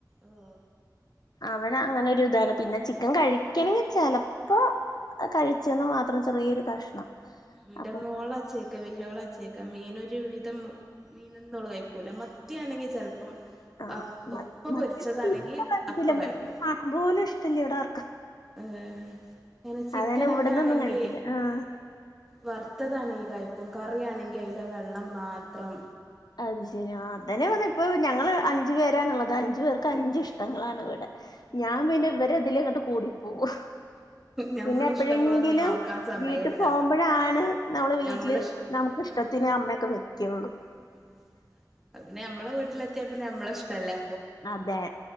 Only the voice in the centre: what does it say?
ഓഹ്
ഇന്റെ
മോളച്ചേ ക്കാ വല്യോളച്ചേക്കാ മീനൊരു വിധം മീനൊന്നും ഓള് കഴികൂല മത്തിയാണെങ്കിൽ ചെലപ്പം
അ അപ്പ
പൊരിച്ചതാണെങ്കി
അപ്പ കഴിക്കും.
ആഹ് പിന്നെ ചിക്കനൊക്കാണങ്കി
വർത്തതാണെങ്കി കഴിക്കും. കറിയാണെങ്കി അതിന്റെ വെള്ളം മാത്രം
ഞമ്മളെ
ഇഷ്ടങ്ങളൊന്നും നോക്കാൻ സമയല്ല
ഞമ്മളെ ഇഷ്
ആഹ്
<inaudible> പിന്നെ നമ്മളെ വീട്ടിലെത്തിയാ പിന്നെ നമ്മളെഷ്ടല്ലേ